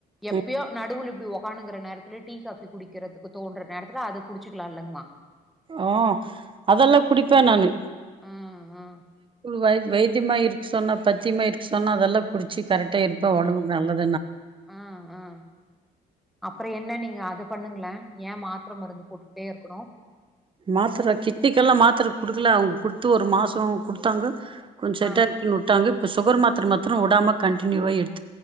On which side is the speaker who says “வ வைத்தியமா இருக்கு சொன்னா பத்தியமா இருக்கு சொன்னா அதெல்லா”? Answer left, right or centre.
Right